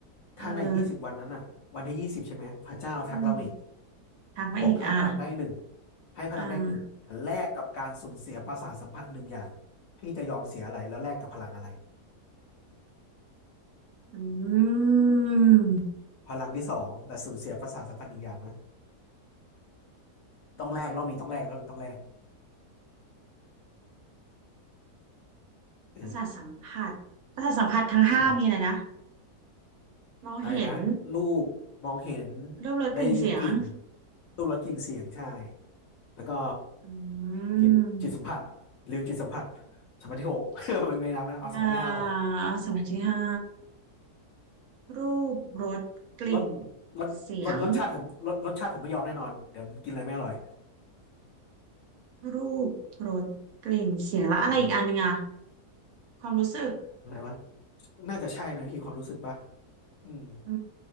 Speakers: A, on the right (about 70°); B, on the left (about 65°).
A: เออ
B: ถ้าในยี่สิบวันนั้นอ่ะวันที่ยี่สิบใช่ไหมพระเจ้าทักเรามาอีก
A: อืมทักมาอีกอ่ะ
B: บอกให้พลังได้หนึ่งให้พลังได้หนึ่งแต่แลกกับการสูญเสียประสาทสัมผัสหนึ่งอย่างพี่จะยอมเสียอะไรแล้วแลกกับพลังอะไร
A: อ่าอืม
B: พลังที่สองแต่สูญเสียประสาทสัมผัสหนึ่งอย่างนะต้องแลกรอบนี้ต้องแลกรอบนี้ต้องแลกเออ
A: ประสาทสัมผัสประสาทสัมผัสทั้งห้ามีอะไรนะ
B: ใช่
A: มองเห็น
B: อะไรนะรูปมองเห็น
A: รูปรสกลิ่นเสียง
B: ได้ยินกลิ่นรูปรสกลิ่นเสียงใช่แล้วก็
A: อื
B: จิตจิตสัมผัส
A: ม
B: ริวจิตสัมผัสสัมผัสที่หก <laughs> มันไม่นับไม่นะเอาสัมผัสที่ห้าพอ
A: อ่าสัมผัสที่ห้ารูปรสกลิ่น
B: รสรสรสรสชาติผมรสรสชาติผมไม่ยอมแน่นอนเดี๋ยวมันกินอะไรไม่อร่อย
A: เสียงรูปรสกลิ่นเสียงแล้วอะไรอีกอันหนึงอ่ะ
B: เออ
A: ความรู้สึก
B: อะไรวะน่าจะใช่นะพี่ความรู้สึกป่ะอืม
A: อื